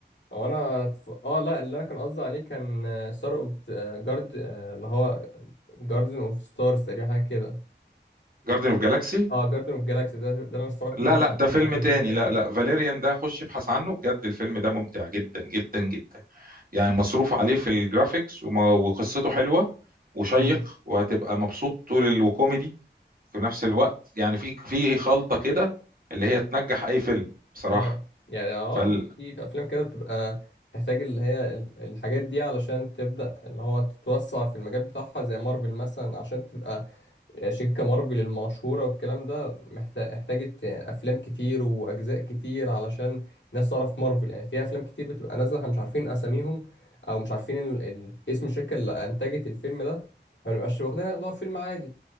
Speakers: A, on the left (about 80°); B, on the right (about 50°).
A: او انا اتف- اه لا اللي انا كان قصدي عليه كان ستار اوف جارد اللي هو جاردن اوف ستارز تقريبا حاجه كده
B: جاردن اوف جالاكسي
A: اه جاردن اوف جالاكسي ده ده انا اتفرجت
B: لا
A: ده اللي
B: لا ده
A: فيه
B: فيلم
A: الاحداث
B: تاني
A: دي تقريبا
B: لا لا فاليريان ده خش ابحث عنه بجد الفيلم ده ممتع جدا جدا جدا يعني مصروف عليه في الجرافيكس وما- وقصته حلوة وشيق
A: امم
B: وهتبقى مبسوط طول ال- وكوميدي في نفس الوقت يعني في في خلطة كده اللي هي تنجح أي فيلم بصراحة
A: اه يعني اه
B: فال
A: في في افلام كده بتبقى تحتاج اللي هي ال- الحاجات دي علشان تبدا اللي هو تتوسع في المجال بتاعها زي مارفل مثلا عشان تبقى شركة مارفل المشهورة والكلام ده محتاج احتاجت أفلام كتير وأجزاء كتير علشان الناس تعرف مارفل يعني في أفلام كتير بتبقى نازلة احنا مش عارفين أساميهم أو مش عارفين ال... ال... اسم الشركة اللي أنتجت الفيلم ده فمنبقاش واخدينها اللي هو فيلم عادي